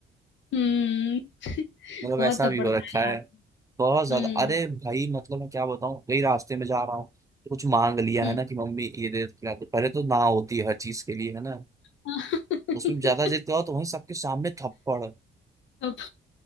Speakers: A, on the left (about 70°); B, on the right (about 15°).
A: हम्म <laughs>
B: मतलब
A: बहुत
B: ऐसा
A: थप्पड़
B: भी हो
A: खाए
B: रखा है
A: आप
B: बहुत ज्यादा
A: हम्म
B: अरे भाई मतलब मैं क्या बताऊँ कई रास्ते में जा रहा हूँ तो कुछ मांग लिया
A: हम्म
B: है ना कि मम्मी ये दे दो, खिला दो पहले तो ना होती है हर चीज के लिए है ना
A: <laughs>
B: उसमें ज्यादा जिद करो तो वहीं सबके सामने थप्पड़
A: अब-